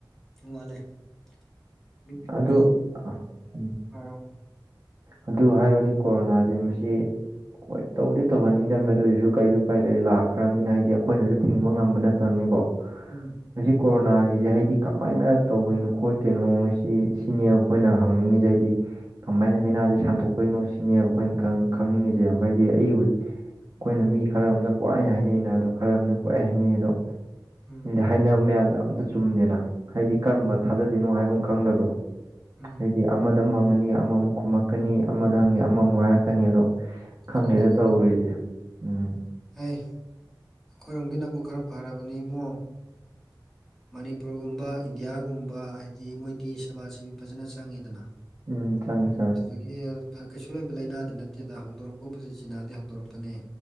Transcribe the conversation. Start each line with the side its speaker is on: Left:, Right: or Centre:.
Centre: <unintelligible>
Right: ꯑꯗꯨ ꯎꯝ
Centre: ꯍꯥꯏꯔꯣ
Right: ꯑꯗꯨ ꯍꯥꯏꯔꯧꯗꯤ ꯀꯣꯔꯣꯅꯥꯖꯦ ꯃꯁꯤ ꯍꯣꯏ ꯇꯧꯗꯤ ꯇꯧꯍꯟꯅꯤꯡꯗꯝꯅꯦ ꯑꯗꯨꯏꯖꯨ ꯀꯩꯗꯤ ꯎꯄꯥꯏ ꯂꯩ ꯂꯥꯛꯈ꯭ꯔꯕꯅꯤꯅ ꯍꯥꯏꯗꯤ ꯑꯩꯈꯣꯏꯅꯁꯨ ꯊꯤꯡꯕ ꯉꯝꯕ ꯅꯠ ꯇꯝꯅꯤꯀꯣ
Centre: ꯎꯝ
Right: ꯃꯁꯤ ꯀꯣꯔꯣꯅꯥꯒꯤꯖꯦ ꯍꯥꯏꯗꯤ ꯀꯃꯥꯏꯅ ꯇꯧꯕꯩꯅꯣ ꯈꯣꯠꯈ꯭ꯔꯤꯅꯣ ꯁꯤ ꯁꯤꯅꯦꯕ ꯑꯩꯈꯣꯏꯅ ꯍꯪꯅꯤꯡꯉꯤꯖꯦ ꯍꯥꯏꯗꯤ ꯀꯃꯥꯏꯅ ꯂꯩꯅꯥꯖꯦ ꯁꯟꯗꯣꯛꯄꯒꯤꯅꯣ ꯁꯤꯅꯦꯕ ꯑꯩꯈꯣꯏꯅ ꯈꯪ ꯈꯪꯅꯤꯡꯉꯤꯖꯦ ꯃꯗꯤ <unintelligible> ꯑꯩꯕꯨ
Centre: ꯎꯝ
Right: ꯑꯩꯈꯣꯏꯅ ꯃꯤ ꯈꯔ ꯑꯃꯅ ꯄꯪꯍꯥꯏ ꯍꯥꯏꯅꯩꯅ ꯑꯗꯣ ꯈꯔ ꯑꯃꯅ ꯄꯪꯍꯥꯏ ꯍꯥꯏꯅꯩ ꯑꯗꯣ
Centre: ꯎꯝ
Right: ꯗꯤ ꯍꯥꯏꯅꯕ ꯃꯌꯥꯝꯗꯣ ꯑꯝꯇ ꯆꯨꯝꯗꯦꯅ ꯍꯥꯏꯗꯤ ꯀꯔꯝꯕ
Centre: ꯎꯝ
Right: ꯊꯥꯖꯣꯗꯣꯏꯅꯣ ꯍꯥꯏꯕ ꯑꯃ ꯈꯪꯗꯕꯗꯣ
Centre: ꯎꯝ
Right: ꯍꯥꯏꯗꯤ ꯑꯃꯗ ꯑꯃꯨꯛ ꯍꯪꯉꯅꯤ ꯑꯃꯃꯨꯛ ꯈꯨꯝꯃꯛꯀꯅꯤ ꯑꯃꯗ ꯍꯪꯉꯅꯤ ꯑꯃꯃꯨꯛ ꯍꯥꯏꯔꯛꯀꯅꯤ ꯑꯗꯣ ꯈꯪꯗꯦꯗ
Centre: <unintelligible>
Right: ꯇꯧꯔꯤꯁꯦ ꯎꯝ
Centre: ꯍꯩ ꯑꯩꯈꯣꯏꯔꯣꯝꯒꯤꯅꯕꯨꯛ ꯈꯔ ꯐꯔꯕꯅꯤ ꯏꯕꯨꯡꯉꯣ
Right: <inaudible>
Centre: ꯃꯅꯤꯄꯨꯔꯒꯨꯝꯕ ꯏꯟꯗꯤꯌꯥꯒꯨꯝꯕ ꯍꯥꯏꯗꯤ ꯃꯣꯏꯗꯤ ꯁꯦꯕꯥꯁꯤꯕꯤ ꯐꯖꯅ ꯆꯪꯉꯤꯗꯅ
Right: ꯎꯝ ꯆꯪꯉꯦ ꯆꯪꯉꯦ
Centre: ꯑꯗꯨꯒꯤ ꯀꯩꯁꯨ ꯂꯩꯕ ꯂꯥꯏꯅꯥꯗꯤ ꯅꯠꯇꯦꯗ ꯍꯧꯗꯣꯔꯛꯄꯕꯨꯗꯤ ꯆꯤꯅꯥꯗꯩ ꯍꯧꯗꯣꯔꯛꯄꯅꯦ